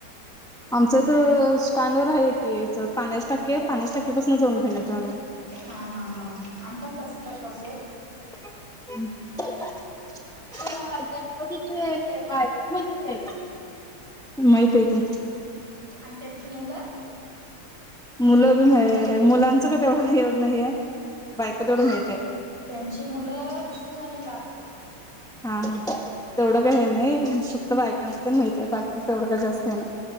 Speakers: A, in the centre; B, on the right (about 25°).
A: आमचं तर.... स्टॅनवर आहे की, याच्यात. पाण्यास टाके, पाण्यास टाकेपासून जाऊन घेन येतो आम्ही.
B: हा हा हा आम्ही पण तसं करतो सो.
A: <unintelligible> <unintelligible>
B: तुला
A: गणपतीचे
B: बायको
A: पाय
B: माहित
A: <unintelligible>
B: आहेत काय ग?
A: माहित आहे की.
B: आणि त्यांची मुलं?
A: मुलं बी, मा मुलांचं का तेवढं एवढं नाहीये. बायक तेवढं माहित आहे.
B: त्यांची मुलं, शुभ आणि लाभ.
A: हा हा तेवढं का हे नाही, फक्त बायकांच माहित आहे, बाकीच तेवढं का जास्त हे नाही.